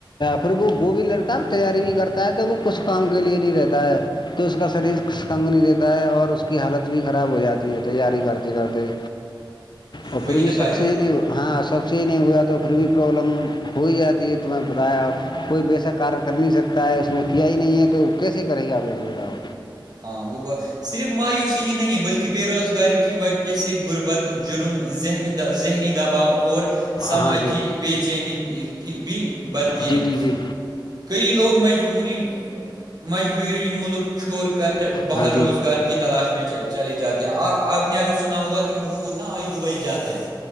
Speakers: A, on the left (about 60°); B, on the right (about 50°).
A: پھر وہ وہ بھی لڑتا ہے تیاری بھی کرتا ہے تو وہ کچھ کام کے لیے نہیں رہتا ہے کہ اس کا شریر کنگ نہیں دیتا ہے اور اس کی حالت بھی خراب ہو جاتی ہے تیاری کرتے کرتے اور
B: وہی
A: پھر بھی
B: نا
A: سکص
B: بھائی
A: ہی نہیں ہاںب اس سے ہی نہیں ہوا تو پھر بھی پرابلم ہو ہی جاتی ہے تو میں نے بتایا آپ کوئی بیسا کار کر نہیں سکتا ہے اس نے کیا ہی نہیں ہے تو کیسے کرے گا آپ ایسے بتاؤ
B: ہاں وہ بات صرف مایوسی ہی نہیں بلکہ بے روزگاری کی وجہ سے غربت جرم ذہنی ذہنی دباؤ اور سماجی
A: ہاں جی
B: بے چینی بھی بڑھتی
A: جی
B: ہے
A: جی جی
B: کئی لوگ مجبوری مجبوری ملک چھور کر بہ
A: ہاں جی
B: روزگار کی تلاش میں چلے جاتے ہیں اور آپ نے اگر سنا ہوگا کہ بہت لوگ نا آج دبئی جاتے ہیں